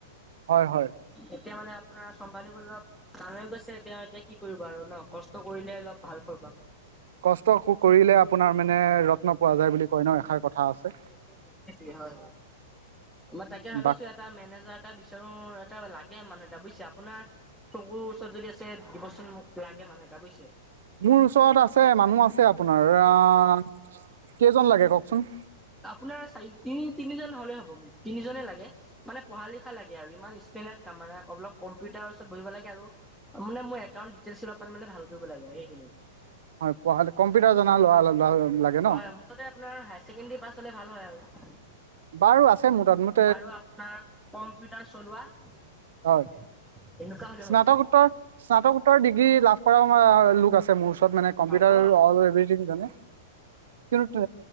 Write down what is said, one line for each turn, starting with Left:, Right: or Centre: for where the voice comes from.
Right: হয় হয়
Centre: এতিয়া মানে। আপোনাৰ চম্ভালিবলৈ অলপ টান হৈ গৈছে, এতিয়া এতিয়া কি কৰিব আৰু ন' কষ্ট কৰিলে অলপ ভাল ফল পাম।
Right: কষ্ট কৰিলে আপোনাৰ মানে ৰত্ন পোৱা যায় বুলি কয় ন' এষাৰ কথা। আছে
Centre: সেইটোৱে সেইটোৱে সেইটোৱে হয়, হয় মই তাকে ভাবিছো।
Right: বা
Centre: এটা মেনেজাৰ এটা বিচাৰো এটা লাগে মানুহ এটা বুজিছে আপোনাৰ। চকুৰ ওচৰত যদি আছে দিব চোন মোক খুব মানুহ এটা বুজিছে।
Right: মোৰ ওচৰত আছে মানুহ আছে আপোনাৰ আহ কেইজন লাগে কওকচোন।
Centre: আপোনাৰ চাৰি, তিনি, তিনিজন হ'লে হ'ব। তিনিজনেই লাগে মানে পঢ়া-লিখা লাগে আৰু ইমান <unintelligible> অলপ কম্পিউটাৰৰ ওচৰত বহিব লাগে আৰু মানে মোৰ একাউণ্ট। চিল অপান মানে ভাল কৰিব লাগে আৰু সেইখিনিত।
Right: হয় পঢ়াল কম্পিউটাৰ জনা ল'ৰা ল'ৰা লাগে। ন
Centre: হয় মুঠতে আপোনাৰ হাই-ছেকেণ্ডেৰী পাছ হ'লে ভাল হয় আৰু
Right: বাৰু আছে মোৰ তাত মই।
Centre: আৰু আপোনাৰ কম্পিউটাৰ চলোৱা এনেকুৱা
Right: হয়
Centre: হ'লে
Right: স্নাতকোত্তৰ
Centre: হ'ল।
Right: স্নাতকোত্তৰ ডিগ্ৰী লাভ কৰাও লোক আছে মোৰ ওচৰত মানে। কম্পিউটাৰ
Centre: হ'ব হ'ব।
Right: অল এভ্ৰিথিং জানে। কিন্তু